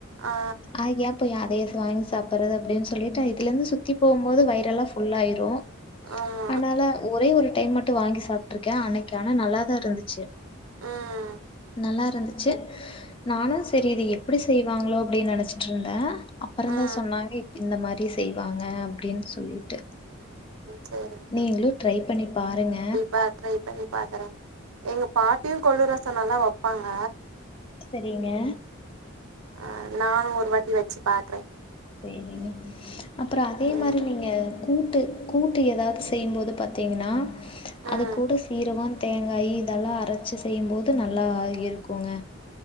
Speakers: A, on the right; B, on the left.
A: ஆ
B: அ எப் போய் அதையஸ் வாங்கி சாப்பறது அப்டின் சொல்லிட்டு இதுலந்து சுத்தி போம்போது வயிரல்லா ஃபுல்லாயிரு.
A: ஆமா
B: அனால ஒரே ஒரு டைம் மட்டு வாங்கி சாப்ட்டுருக்கே அன்னிக்கு ஆனா நல்லாதா இருந்துச்சு.
A: ம்.
B: நல்லா இருந்துச்சு நானு செரி இது எப்டி செய்வாங்ளோ அப்டின் நெனச்சிட்ருந்தே. அப்பறந்தா
A: ம்
B: சொன்னாங்க இப் இந்த மாரி செய்வாங்க அப்டின் சொல்லி ட்டு
A: சரிங்க
B: நீங்ளு ட்ரை பண்ணி பாருங்க.
A: பாத்ரை பண்ணி பாக்கறே எங்க பாட்டியு கொல்லு ரசோ நல்லா வெப்பாங்க.
B: செரிங்க.
A: ஆ நானு ஒரு வாட்டி வெச்சு பாக்றே.
B: சேரிங்க அப்றோ அதே
A: ம்
B: மாரி நீங்க கூட்டு கூட்டு எதாவது செய்யும்போது பாத்தீங்கன்னா அது
A: ம்
B: கூட சீரகோ தேங்காயி இதெல்லா அரச்சு செய்யும்போது நல்லா இருக்குங்க.